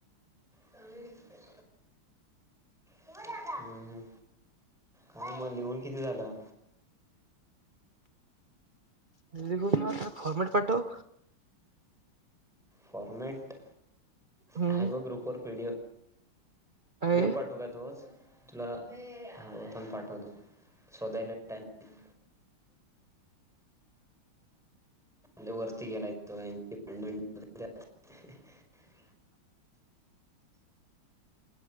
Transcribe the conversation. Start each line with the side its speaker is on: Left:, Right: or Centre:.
Centre: चांगल दिसतय. <unintelligible> हम्म हं. काय म लिहून किती झालं?
Right: <unintelligible> फॉरमॅट पाठव.
Centre: फॉरमॅट
Right: हम्म
Centre: हाय ब्रो ग्रुप वर P D F
Right: I
Centre: P O F पाठवू का तोवर? तुला थांब पाठवतो. शोधायला टाईम लई वरती गेलाय तो <unintelligible>